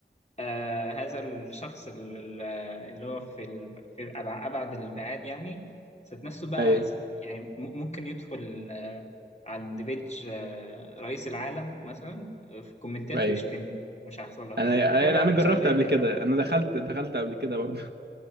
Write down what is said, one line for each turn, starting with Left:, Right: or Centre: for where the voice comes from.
Left: آه هذا الشخص ال- ال- اللي هو في ال- في أبع- ابعد الابعاد يعني ذات نفسه بقى
Right: ايوه
Left: ذات- يعني م- ممكن يدخل آه عند بيج آه رئيس العالم مثلا آه، في الكومنتات
Right: ايوه
Left: ويشتمه مش هيحصل لك
Right: انا يعني
Left: دي حاجه طبعا
Right: انا جربت
Left: ثوريه
Right: قبل كده
Left: طبعا
Right: انا دخلت دخلت قبل كده برضه